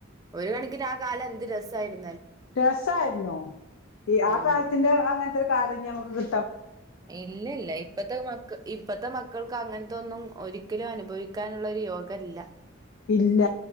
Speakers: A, on the right; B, on the left.
A: ഒരുകണകിന് ആ കാലം എന്ത് രസായിരുന്നു.
B: രസായിര്ന്നോ ഈ
A: ഉം.
B: ആ കാൽത്തിന്റെ അങ്ങത്തെ രു കാലംഇനി നമുക്ക് കി
A: ഇല്ലല്ല ഇപ്പത്തെ മക്ക ഇപ്പത്തെ മക്കൾക്ക് അങ്ങനത്തെൊന്നും ഒരി ഒരിക്കലും അനുഭവിക്കാനുള്ളൊരു യോഗല്ല
B: ഇല്ല